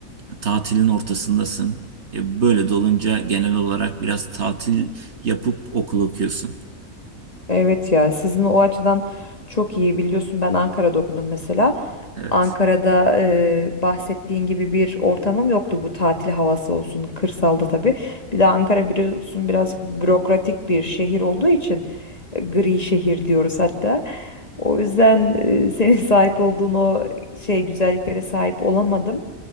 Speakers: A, on the right (about 50°); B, on the left (about 30°).
A: tatilin ortasındasın. E, böyle de olunca genel olarak biraz tatil yapıp okul okuyorsun.
B: Evet ya sizin o açıdan çok iyi biliyorsun ben Ankara'da okudum mesela.
A: Evet.
B: Ankara'da e, bahsettiğin gibi bir ortamım yoktu bu tatil havası olsun kırsalda tabii. Bir de Ankara biliyorsun birazcık bürokratik bir şehir olduğu için e, gri şehir diyoruz hatta. O yüzden e, senin <laughs> sahip olduğun o şey güzelliklere sahip olamadım.